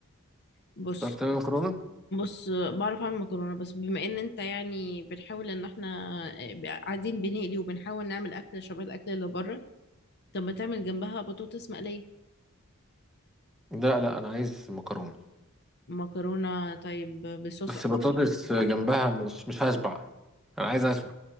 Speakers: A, on the left; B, in the centre.
A: بص
B: تعرف تعمل مكرونة
A: بص بعرف اعمل مكرونه بس بما ان انت يعني بنحاول ان احنا آه، قاعدين بنقلي وبنحاول نعمل اكل شبه الاكل اللي بره طب ما تعمل جنبها بطاطس مقليه
B: لا لا انا عايز مكرونة
A: مكرونه طيب بصوص
B: بس
A: ابيض
B: بطاطس
A: أو بصوص
B: جنبها
A: أحمر.
B: مش مش هشبع انا عايز اشبع